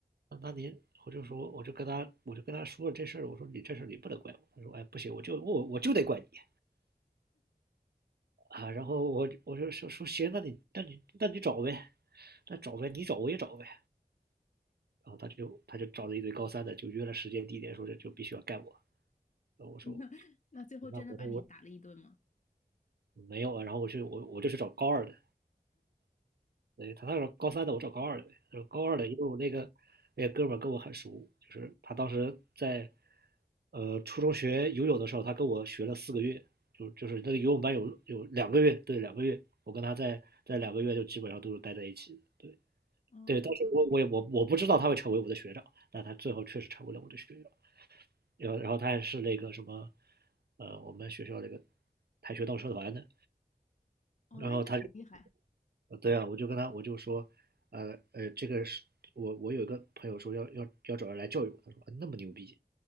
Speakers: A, on the right; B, on the left.
A: 那那您，我就说，我就跟他，我就跟他说了这事儿，我说你这事儿你不能怪我。他说，哎，不行，我就我我就得怪你啊。然后我我就说说行，那你那你那你找呗，那找呗，你找我也找呗。然后他就他就找了一堆高三的，就约了时间地点，说这就必须要干我。然后我说，
B: <laughs> 那最后真的把你打了一顿吗？
A: 那我说我没有啊。然后我就我我就去找高二的，对，他那时候高三的，我找高二的呗。然后高二的，因为我那个那个哥们儿跟我很熟，就是他当时在呃初中学游泳的时候，他跟我学了四个月，就就是那个游泳班有有两个月，对，两个月，我跟他在在两个月就基本上都是待在一起的。对
B: 哦
A: 对，当时我我也我我不知道他会成为我的学长，但他最后确实成为了我的学长。然后然后他还是那个什么，呃，我们学校那个跆拳道社团的。
B: 哦，
A: 然后他
B: 那应该很厉害。
A: 呃，对啊，我就跟他，我就说，呃呃，这个是我我有一个朋友说要要要找人来教育我，他说啊那么牛逼，